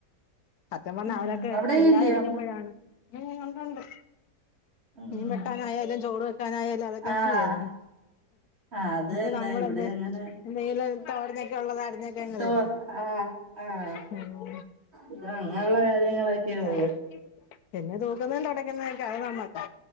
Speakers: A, on the left; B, on the right.
A: സത്തയപറഞ്ഞാ
B: ഉം
A: അവരൊക്കെ
B: അവിടെയില്ലേ
A: ഇല്ലാതിരിക്കുമ്പോഴാണ്
B: അമ്മ
A: ഉണ്ട്ണ്ട്.
B: ഉം
A: മീൻ വെട്ടാനായാലും ചോറ് വെക്കാനായാലും അതൊക്കെ
B: ആഹ്
A: എങ്ങനെ ചെയ്തോളും.
B: ആഹ് അത്
A: അ
B: തന്നെ
A: നമ്മളെന്താ
B: ഇവിടെ അങ്ങനെ
A: എന്തെല തോരനൊക്കെ ഉള്ളത് അരിഞ്ഞൊക്കെ അങ്ങ്
B: തോ
A: തരും.
B: ആഹ് ആഹ്
A: ആ
B: ഇത് അങ്ങനെയുള്ള കാര്യങ്ങളൊക്കെ ഉള്ളു
A: അ പിന്നെ <unintelligible> തൂക്കുന്ന തുടക്കുന്നതൊക്കെ അത് നമ്മക്കാ